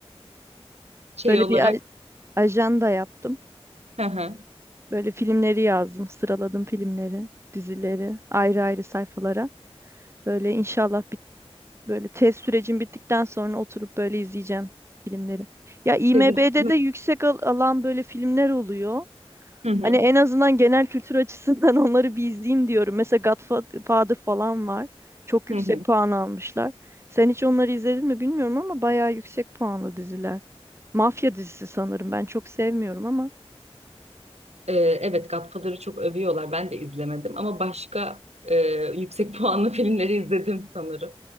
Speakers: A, on the right; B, on the right.
A: Şey
B: Böyle
A: olarak
B: bir aj- ajanda yaptım.
A: Hı hı.
B: Böyle filmleri yazdım, sıraladım filmleri, dizileri ayrı ayrı sayfalara. Böyle inşallah bit böyle tez sürecim bittikten sonra oturup böyle izleyeceğim filmleri. Ya IMDb'de
A: Sezin Aksu'nun
B: de yüksek al- alan böyle filmler oluyor.
A: Hı hı.
B: Hani en azından genel kültür açısından <laughs> onları bir izleyeyim diyorum. Mesela Godfather falan var. Çok
A: Hı
B: yüksek
A: hı.
B: puan almışlar. Sen hiç onları izledin mi bilmiyorum ama bayağı yüksek puanlı diziler. Mafya dizisi sanırım. Ben çok sevmiyorum ama.
A: Ee, evet Godfather'ı çok övüyorlar. Ben de izlemedim ama başka e, yüksek puanlı <laughs> filmleri izledim sanırım.